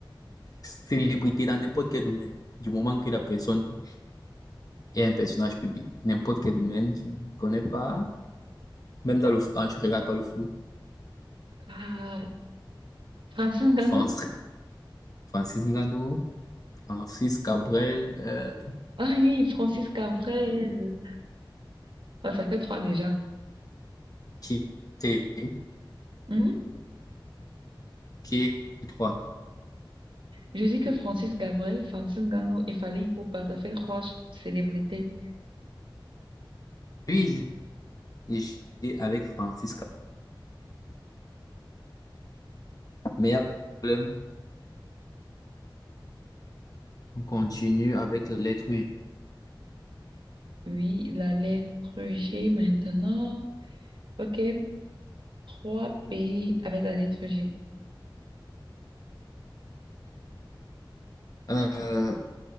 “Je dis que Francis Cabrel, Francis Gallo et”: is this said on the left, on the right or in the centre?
Right